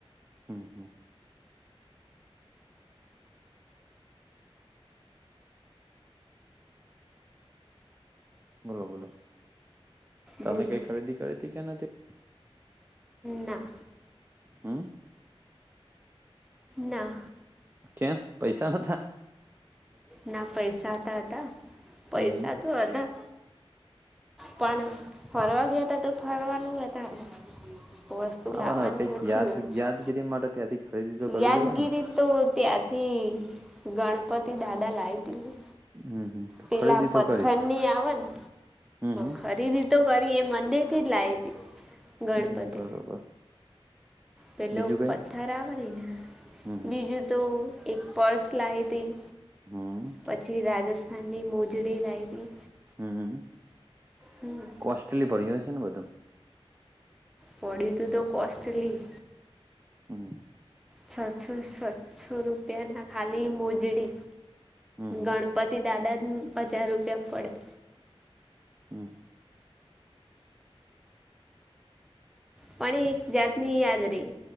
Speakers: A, on the right; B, in the centre.
A: હમ હમ બોલો બોલો. તમે
B: બોલો
A: કઈ ખરીદી કરી હતી કે્યા નથી.
B: ના.
A: હમ.
B: ના.
A: કેમ પૈસા ન.
B: ના પૈસા તો હતા પૈસા
A: હમ હમ
B: તો હતા. પણ ફરવા ગયા હતા. તો ફરવાનું તાર વસ્તુ
A: આવાના
B: લાવવાની
A: કઈક
B: ઓછી
A: યાદ
B: હોય.
A: યાદગીરી માટે ત્યાંથી ખરીદી તો કરવી
B: યાદગીરી
A: જોવે ને
B: તો ત્યાંથી ગણપતિ દાદા લાઇટ હતી.
A: હમ હમ તો
B: પેલા
A: ખરીદી
B: પથથર
A: તો કરી જ
B: ની આવે ને
A: હમ હમ
B: ખરીદી તો કરી એ મંદિર થી જ લાવ. ગણપતિ.
A: હમ બરોબર
B: પેલો
A: બીજું કઈ
B: પથ્થર આવડે ને
A: હમ
B: બીજું તો. એક પર્સ લાઈ હતી.
A: હમ
B: પછી રાજસ્થાન. અને મોજડી લઈ હતી.
A: હમ.
B: હમ
A: કોસ્ટલી પડી હશે. છે ને બધું.
B: પડ્યુતું તો કોસ્ટલી.
A: હમ.
B: છસો સાતસો રૂપ પિયાના ખાલી મોજડી.
A: હમ હમ
B: ગણપતિ દાદા હમ, હજાર રૂપિયામં પડે.
A: હં.
B: પણ એક જાત ની યાદ રહી,